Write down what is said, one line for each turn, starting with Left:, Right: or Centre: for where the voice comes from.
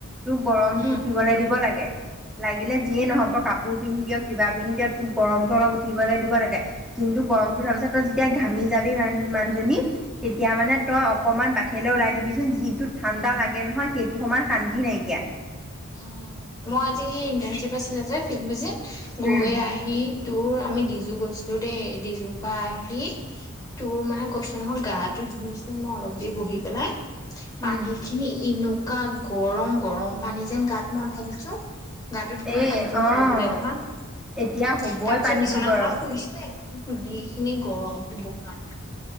Centre: তোক গৰমতটো
Left: উম
Centre: উঠিবলৈ দিব লাগে লাগিলে যিয়ে নহওক তই কাপোৰ পিন্ধি দিয়ক কিবা তোক গৰমতটো অলপ উঠিবলৈ দিব লাগে। কিন্তু গৰমতটো ধৰা পিছত তই যেতিয়া ঘামি যাবি মানহ তেতিয়া মানে তই অকমান ব আহে ওলাই দিবিচোন যিটো ঠাণ্ডা লাগে নহয়। সেইটো সমান শান্তি নাইকিয়া
Left: অ মই আজি ইণ্টাৰ্শ্বিপ আছিলো যে ফিল বজিত গৈ
Centre: উম
Left: আহি তোৰ আমি ডিজু গৈছো। দেই ডিজুপা আহি তোৰ মানে কৈছো নহয় গাটো ধুইছো মই অলপ দে বহি পেলাই পানী
Centre: উম
Left: খিনি এনেকুৱা গৰম গৰম পানী যেন গাত মন ধালিছো। গাটো ধুইো
Centre: এ
Left: শান্তি নালাগিলে
Centre: অ
Left: নহয়
Centre: এতিয়া হ'বই
Left: তাৰ পিছত
Centre: পানীটো
Left: বিছনাখনত
Centre: গৰম।
Left: শুইছো। একদম তুলি খিনি গৰম শুবই নোৱাৰো।